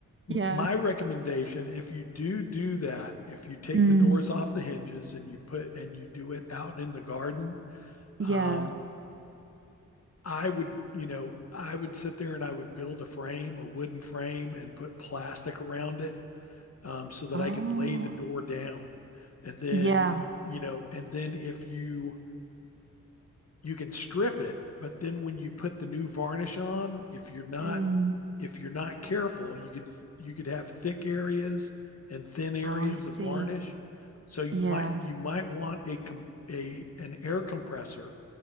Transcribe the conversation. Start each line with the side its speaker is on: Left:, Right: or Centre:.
Right: yeah.
Left: my recommendation, if you do do that, if you take
Right: Mm,
Left: the doors off the hinges and you put and you do it out in the garden,
Right: yeah.
Left: um, I would, you know, I would sit there and I would build a frame, a wooden frame, and put plastic around it um, so that
Right: Oh,
Left: I could lay the door down. And then,
Right: yeah.
Left: you know, and then if you you can strip it, but then when you put the new varnish on, if you're not
Right: Mm,
Left: if you're not careful, you could you could have thick areas and thin areas
Right: oh, I see.
Left: of varnish. So you
Right: Yeah.
Left: might you might want a com- a an air compressor